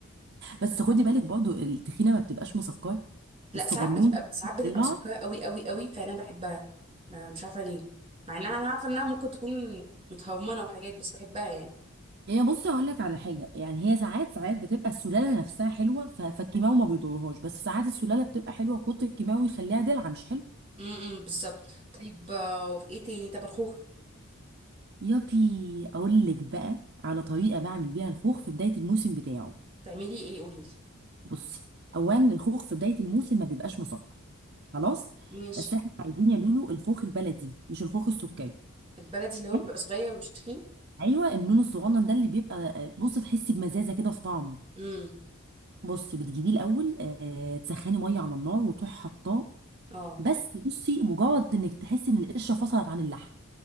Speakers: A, on the right (about 50°); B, on the right (about 25°).
A: بس خدي بالك برضو التخينه ما بتبقاش مسكره
B: لا
A: الصغنون
B: ساعات بتبقى ساعات بتبقى
A: رفيعه
B: مسكره قوي قوي قوي فانا بحبها ما- مش عارفه ليه مع انها انا عارفه انها ممكن تكون متهرمنه وحاجات بس بحبها يعني
A: يعني بصي اقول لك على حاجه يعني هي ساعات ساعات بتبقى السلاله نفسها حلوه ف- فالكيماوي ما بيضرهاش بس ساعات السلاله بتبقى حلوه كتر الكيماوي يخليها دلع مش حلو
B: امم إمم، بالظبط طيب آه، وفي ايه تاني طب الخوخ
A: يابي اقول لك بقى على طريقه بعمل بيها الخوخ في بدايه الموسم بتاعه
B: تعملي ايه قولي لي.
A: بصي اولا الخوخ في بدايه الموسم ما بيبقاش مسكر خلاص
B: ماشي
A: بس احنا عايزين يا لولو الخوخ البلدي مش الخوخ السكري
B: البلدي اللي هو
A: حلو؟
B: بيبقى صغير ومش تخين
A: ايوه النون الصغنن ده اللي بيبقى بص تحسي بمزازه كده في طعمه
B: امم
A: بص بتجيبيه الاول آه تسخني ميه على النار وتروحي حطاه
B: اه
A: بس بصي مجرد انك تحسي ان القشره فصلت عن اللحم